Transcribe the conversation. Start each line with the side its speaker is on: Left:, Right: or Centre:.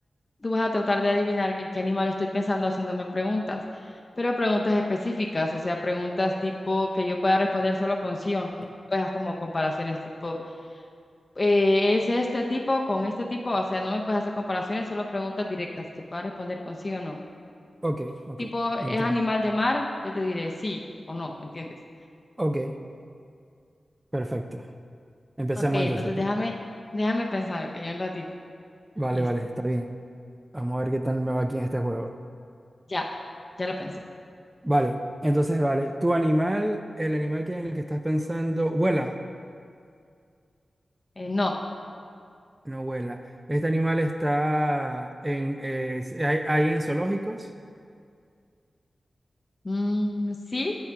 Left: tú vas a tratar de adivinar en qué animal estoy pensando haciéndome preguntas, pero preguntas específicas, o sea, preguntas tipo que yo pueda responder solo con sí o no. Pues como comparaciones tipo, eh, ¿es este tipo con este tipo? O sea, no me puedes hacer comparaciones, solo preguntas directas que pueda responder con sí o no.
Right: Ok, ok.
Left: Tipo, ¿es
Right: Entiendo.
Left: animal de mar? Yo te diré sí o no, ¿me entiendes?
Right: Ok, perfecto. Empecemos
Left: Ok, entonces
Right: entonces. pi-
Left: déjame, déjame pensar, ok, un ratito.
Right: Vale,
Left: Este,
Right: vale, está bien. Vamos a ver qué tal me va aquí en este juego.
Left: ya, ya lo pensé.
Right: Vale, entonces, vale. ¿Tu animal, el animal que en el que estás pensando, vuela?
Left: Eh, no,
Right: No vuela. ¿Este animal está en, eh, si- hay, hay en zoológicos?
Left: Mm, sí,